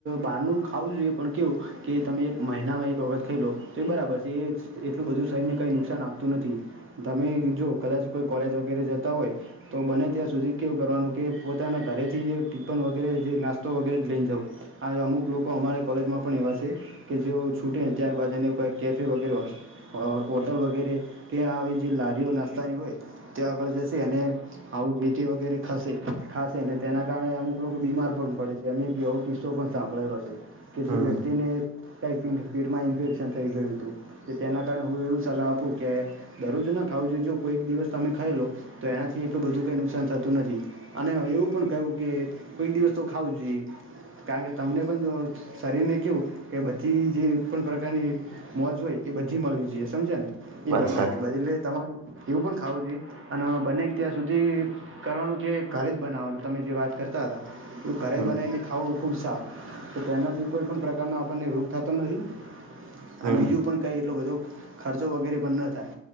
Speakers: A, on the right; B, on the right.
A: બહારનું ખાવું જોઈએ પણ કેવું કે તમે એક મહિનામાં એક વખત ખાઈ લો તો બરાબર છે એ એટલું બધું શરીરને કંઈ નુકસાન આપતું નથી તમે જો કદાચ કોઈ કોલેજ વગેરે જતા હોય. તો બને ત્યાં સુધી કેવું કરવાનું કે પોતાના ઘરેથી ટિફન વગેરે નાસ્તો વગેરે લઈ જઉ. આ અમુક લોકો અમારે કોલેજમાં પણ એવા છે કે જેઓ છૂટેને ત્યારબાદ એ કેફે વગેરે હ હોટલ વગેરે કે આવી જે લારીઓ નાસ્તાની હોય ત્યા આગળ જશે અને આવું જે તે વગેરે ખસે ખાશે ને તેના કારણે અમુક લોકો બીમાર પણ પડે છે. જેમ એક એવો કિસ્સો પણ સાંભળેલો છે કે જે
B: હમ
A: વ્યક્તિને ટાઈપિંગ સ્પીડમાં ઇમ્પેરેશન થઈ ગયું હતું. તેના કારણે હું એવું સલાહ આપું કે દરરોજ ના ખાવ જો જો કોઈ એક દિવસ તમે ખાઈ લો તો એનાથી એટલું બધું કંઈ નુકસાન થતું નથી. અને એવું પણ કું કે કોઈ દિવસ તો ખાવું જોઈએ. કારણ કે તમને પણ જો શરીર ને કેવું કે બધી જે પણ પ્રકારની મોજ હોય એ બધી મળવી જોઈએ સમજા ને
B: વાત
A: એ પ્રકારની
B: સાચી
A: બ એટલે તમારી એવું પણ ખાવું જોઈએ અને બને ત્યાં સુધી કરવાનું કે ઘરે જ બનાવવાનું તમે જે વાત કરતા હતા. એ ઘરે
B: હમ
A: બનાવીને ખાવું ખુબ સારું તો તેનાથી કોઈ પણ પ્રકારનો આપણને રોગ થતો નથી.
B: હમ
A: આ બીજું પણ કઈ એટલો બધો ખર્ચો વગેરે પણ ન થાય.